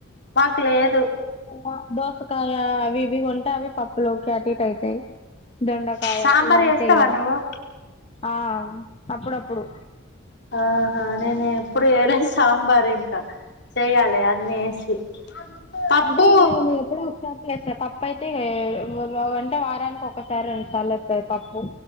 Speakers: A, on the left; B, on the left.
A: మాకు లేదు
B: దోసకాయ దోసకాయ్ యా అవి ఇవి కొంటే అవి పప్పులోకి అటిటు అయితాయ్ దొండకాయ
A: సాంబార్
B: ఇగంతే
A: చేస్తావా
B: ఇగ
A: నువ్వు
B: ఆ అప్పుడప్పుడు.
A: ఆహా నేను ఎప్పుడు చేయలె సాంబార్ ఇంకా చెయ్యాలి అన్నీ వేసి పప్పు
B: అంటే ఇ <unintelligible> ఎప్పుడో ఒకసారి చేస్స పప్పు అయితే వ వంటే వారానికి ఒక్కసారి రెండు సార్లు వస్తాది పప్పు